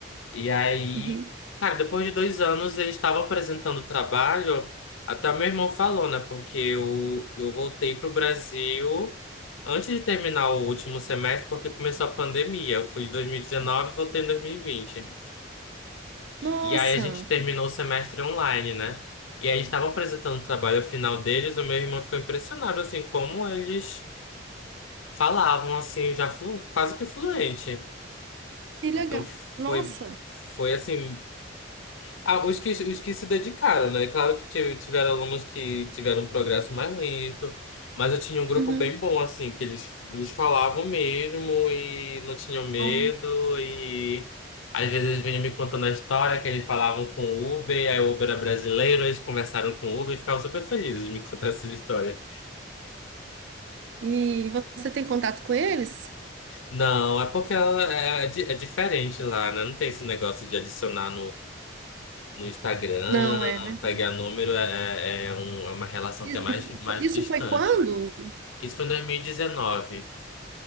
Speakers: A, on the left (about 85°); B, on the right (about 70°).
A: E aí,
B: uhum.
A: cara, depois de dois anos, eles estavam apresentando trabalho. Até meu irmão falou, né? Porque eu, eu voltei pro Brasil antes de terminar o último semestre, porque começou a pandemia. Eu fui de 2019 e dezenove e voltei em 2020.
B: Nossa,
A: E aí a gente terminou o semestre online, né? E aí estavam apresentando o trabalho final deles, o meu irmão ficou impressionado, assim, como eles falavam, assim, já flu, quase que fluente.
B: que legal.
A: Então foi,
B: Nossa.
A: foi assim, ah, os que, os que se dedicaram, né? Claro que tive- tiveram alunos que tiveram um progresso mais lento, mas eu tinha um grupo
B: Uhum.
A: bem bom, assim, que eles, eles falavam mesmo e não tinham medo,
B: Ó.
A: e às vezes eles vinham me contando a história que eles falavam com o Uber, aí o Uber era brasileiro, eles conversaram com o Uber e ficavam super felizes de me <laughs> contar essas histórias.
B: E você tem contato com eles?
A: Não, é porque ela é, é di- é diferente lá, né? Não tem esse negócio de adicionar No Instagram,
B: Não, é verdade.
A: pegar número é, é, um- é uma relação
B: E-
A: que é mais, mais
B: Isso
A: distante.
B: foi quando?
A: Isso foi em 2019.